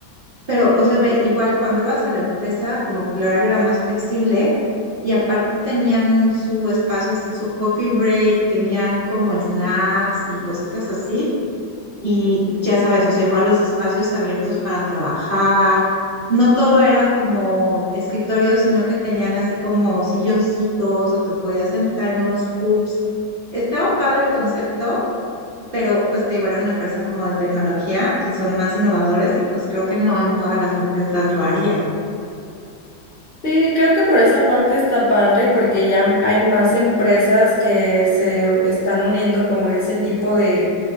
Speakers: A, on the right (about 50°); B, on the left (about 30°).
A: pero, o sea, ve, igual cuando ibas a la empresa, como que el horario era más flexible y aparte tenían su espacio así, su coffee break, tenían como snacks y cositas así. Y ya sabes, o sea, igual los espacios abiertos para trabajar. No todo era como escritorio, sino que tenían así como silloncitos o te podías sentar en unos pubs. Estaba padre el concepto, pero pues te digo, era una empresa como de tecnología que son más innovadores y pues creo que no en todas las empresas lo harían.
B: Sí, creo que por esa parte está padre porque ya hay más empresas que se están uniendo como a ese tipo de,